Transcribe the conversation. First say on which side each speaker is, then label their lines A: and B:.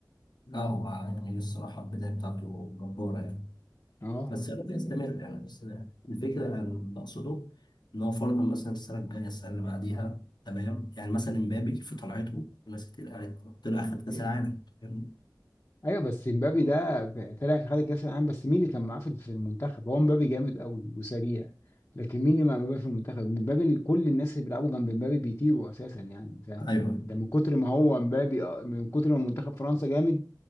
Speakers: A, on the left; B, on the left.
A: لا هو يعني الصراحة البداية بتاعته جبارة يعني
B: اه
A: بس يا رب يستمر يعني بس الفكرة اللي أنا بقصده إن هو فرضا مثلا السنة الجاية السنة اللي بعديها تمام يعني مثلا امبابي في طلعته ناس كتير قالت طلع أخد كأس العالم فاهمني؟
B: ايوه بس مبابي ده ب- طلع خد كاس العالم بس مين اللي كان معاه في في المنتخب هو مبابي جامد قوي وسريع لكن مين اللي مع مبابي في المنتخب مبابي ال- كل الناس اللي بيلعبوا جنب مبابي بيطيروا اساسا يعني فاهم
A: أيوه
B: ده من كتر ما هو مبابي آه، من كتر ما منتخب فرنسا جامد